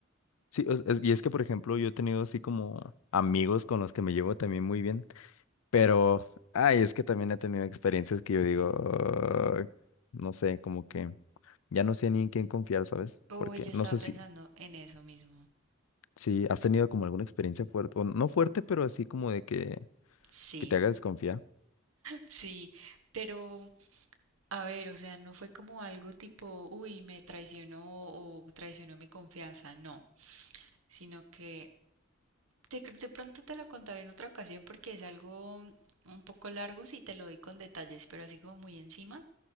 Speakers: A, on the left (about 85°); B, on the right (about 85°).
A: Sí, o- es- y es que, por ejemplo, yo he tenido así como amigos con los que me llevo también muy bien, pero, ay, es que también he tenido experiencias que yo digo, "Ay", no sé, como que ya no sé ni en quién confiar, ¿sabes?
B: Oh,
A: Porque
B: yo estaba
A: no sé
B: pensando
A: si,
B: en eso mismo.
A: si has tenido como alguna experiencia fuerte, o no fuerte, pero así como de que,
B: Sí,
A: que te haga desconfiar.
B: sí, pero a ver, o sea, no fue como algo tipo, uy, me traicionó o traicionó mi confianza, no, sino que de, cr- de pronto te lo contaré en otra ocasión porque es algo un poco largo si te lo doy con detalles, pero así como muy encima.